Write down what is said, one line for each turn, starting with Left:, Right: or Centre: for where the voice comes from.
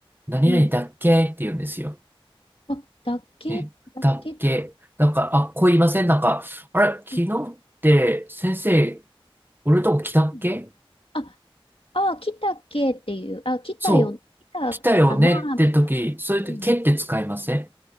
Right: う。何々だっけって言うんですよ。
Left: うん。あ、だっけ、
Right: え、
Left: だっけ、
Right: だっけ。なんか、あ、こう言いませんなんか、あれ、昨日って先生、
Left: うん
Right: 俺のとこ来たっけ
Left: うんあ、あ、来たっけっていう、あ、来たよ、
Right: そう、
Left: 来たかな、
Right: 来たよねって時、
Left: みたいな。
Right: そういう時、
Left: うん。
Right: けって使いません